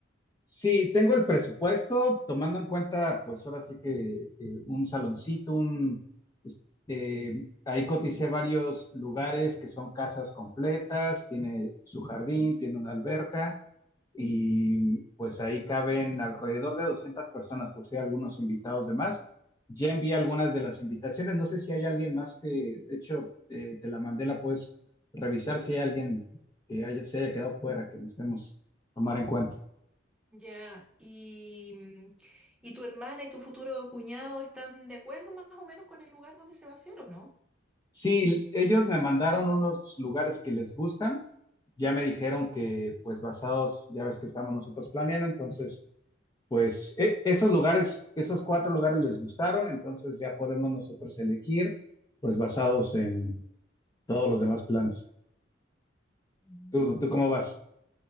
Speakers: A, on the left (about 20°); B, in the centre.
A: Sí, tengo el presupuesto, tomando en cuenta, pues ahora sí que eh, un saloncito, un, es- eh, ahí coticé varios lugares que son casas completas, tiene su jardín, tiene una alberca. y pues ahí caben alrededor de 200 personas, por si hay algunos invitados de más. Ya envié algunas de las invitaciones, no sé si hay alguien más que, de hecho, eh, te la mandé, la puedes revisar si hay alguien que haya, se haya quedado fuera, que necesitemos tomar en cuenta.
B: Ya. ¿Y, mm, y tu hermana y tu futuro cuñado están de acuerdo más o menos con el lugar donde se va a hacer o no?
A: Sí, ellos me mandaron unos lugares que les gustan, ya me dijeron que pues basados, ya ves que estamos nosotros planeando, entonces pues e- esos lugares, esos cuatro lugares les gustaron, entonces ya podemos nosotros elegir, pues basados en todos los demás planes.
B: Mm.
A: ¿Tú, tú
B: Ya.
A: cómo vas?